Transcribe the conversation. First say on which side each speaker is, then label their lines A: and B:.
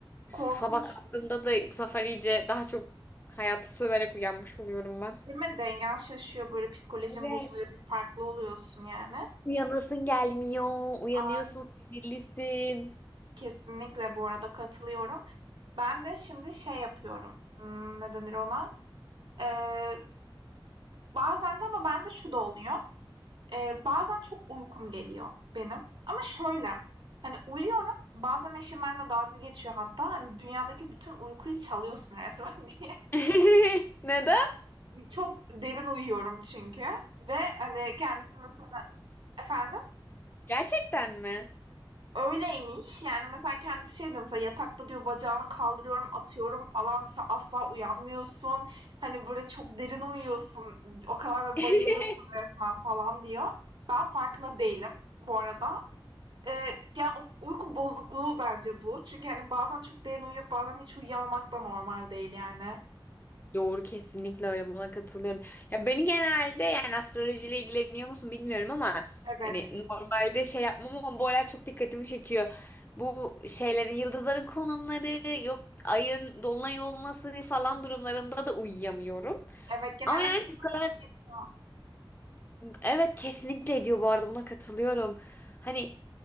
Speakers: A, on the left; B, on the right.
A: Sabah
B: Korkunç
A: kalktığımda da bu sefer iyice daha çok hayatı söverek uyanmış oluyorum ben.
B: değil mi? Dengen şaşıyor böyle psikolojin
A: Evet.
B: bozuluyor bir farklı oluyorsun yani.
A: Uyanasın gelmiyor. Uyanıyorsun
B: Ay,
A: sinirlisin.
B: kesinlikle bu arada katılıyorum. Ben de şimdi şey yapıyorum, ımm, ne denir ona? Eee, bazen de ama bende şu da oluyor, eee, bazen çok uykum geliyor benim ama şöyle, hani, uyuyorum, bazen eşim benimle dalga geçiyor hatta, hani, "Dünyadaki bütün uykuyu çalıyorsun resmen." <laughs> diye.
A: <laughs> Neden?
B: Ben çok derin uyuyorum çünkü ve, hani, kendisi mesela Efendim?
A: Gerçekten mi?
B: öyleymiş. Yani mesela kendisi şey diyor mesela yatakta diyor bacağını kaldırıyorum, atıyorum falan. Mesela asla uyanmıyorsun. Hani böyle çok derin uyuyorsun. O kadar ve
A: <laughs>
B: bayılıyorsun resmen falan diyor. Ben farkında değilim bu arada. Eee, yani o uyku bozukluğu bence bu. Çünkü hani bazen çok derin uyuyup bazen hiç uyuyamamak da normal değil yani.
A: Doğru kesinlikle öyle buna katılıyorum. Ya beni genelde yani astrolojiyle ilgileniyor musun bilmiyorum ama
B: Evet.
A: hani normalde şey yapmam ama bu olay çok dikkatimi çekiyor. Bu şeylerin yıldızların konumları yok ayın dolunay olması falan durumlarında da uyuyamıyorum.
B: Evet genelde
A: Ama yani
B: durumdan
A: bu kadar
B: etki ediyor.
A: evet kesinlikle diyor bu arada buna katılıyorum. Hani